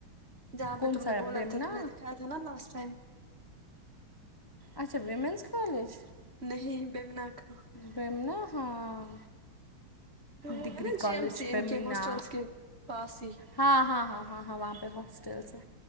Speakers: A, on the right (about 30°); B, on the left (about 20°).
A: جہاں
B: کون
A: پہ تم
B: سا
A: نے بولا
B: بیمنا
A: تھا تم نے دکھایا تھا نا لاسٹ ٹائم
B: اچھا ویمینس کالج
A: نہیں بیمنا کا
B: بمنا ہاں
A: جو وہ
B: ڈگری
A: ہے نا جی
B: کالج
A: ایم سی ان
B: بیمنا
A: کے ہاسٹلس کے پاس ہی
B: ہاں ہاں ہاں ہاں ہاں وہاں پہ ہاسٹلس ہے